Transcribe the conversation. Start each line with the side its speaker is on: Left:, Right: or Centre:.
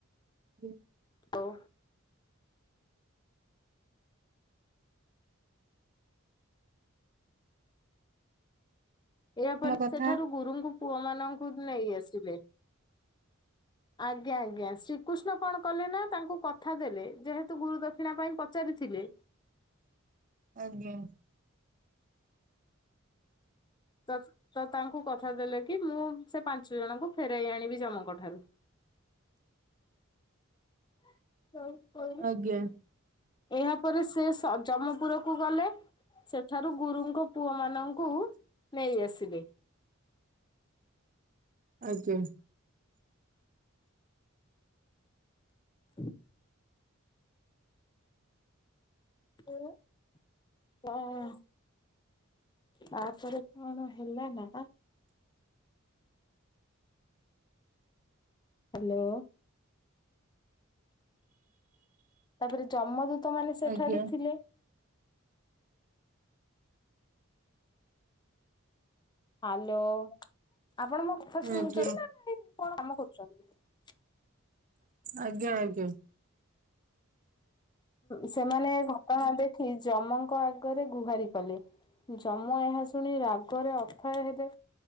Right: ହଁ।
Left: ହଉ। ଏହାପରେ
Right: ଆମ କଥା
Left: ସେଠାରୁ ଗୁରୁଙ୍କୁ ପୁଅ ମାନଙ୍କୁ ନେଇ ଆସିଲେ।
Right: <inaudible>
Left: ଆଜ୍ଞା ଆଜ୍ଞା ଶ୍ରୀକୃଷ୍ଣ କଣ କଲେ ନା ତାଙ୍କୁ କଥା ଦେଲେ ଯେହେତୁ ଗୁରୁ ଦକ୍ଷିଣା ପାଇଁ ପଚାରିଥି ଥିଲେ।
Right: ଆଜ୍ଞା।
Left: ତ ତ ତାଙ୍କୁ କଥା ଦେଲେ କି ମୁଁ ସେ ପାଞ୍ଚ ଜଣଙ୍କୁ ଫେରାଇ ଆଣିବି ଜମଙ୍କଠାରୁ। <unintelligible>
Right: ଆଜ୍ଞା
Left: ଏହାପରେ ସେ ସ ଜମପୁରକୁ ଗଲେ ସେ ଠାରୁ ଗୁରୁଙ୍କ ପୁଅ ମାନଙ୍କୁ ନେଇ ଆସିବେ।
Right: ଆଜ୍ଞା।
Left: <inaudible> ହ ହ। ତାପରେ କଣ ହେଲା ନା ହାଲୋ। ତାପରେ ଜମଦୂତ ମାନେ ସେଠାରେ
Right: ଆଜ୍ଞା।
Left: ଥିଲେ। ହାଲୋ ଆପଣ ମୋ କଥା ଶୁଣୁଚନ୍ତି
Right: ଆଜ୍ଞା
Left: ନା କଣ କାମ କରୁଚନ୍ତି।
Right: ଆଜ୍ଞା, ଆଜ୍ଞା।
Left: ସେମାନେ ଘଟଣା ଦେଖି ଯମଙ୍କ ଆଗରେ ଗୁହାରି କଲେ। ଯମ ଏହା ଶୁଣି ରାଗରେ ଅଥୟ ହେଲେ